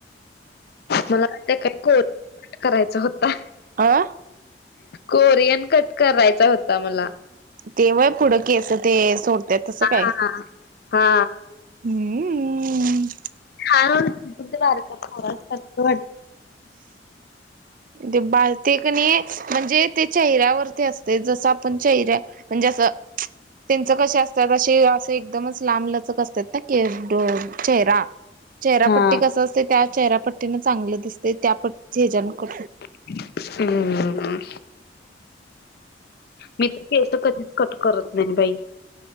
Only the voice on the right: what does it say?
आह
तेव्हाय पुढं की असं ते सोडतय तसं काय
हम्म
ते बा ते कणी म्हणजे ते चेहऱ्यावरती असते जसं आपण चेहऱ्या म्हणजे तर त्यांचं कसे असतात असे असे एकदमच लांब लचक असतात ना क चेहरा चेहरापट्टी
कस असते त्या चेहरापट्टीन चांगलं दिसते त्या पट्टी हेज्या क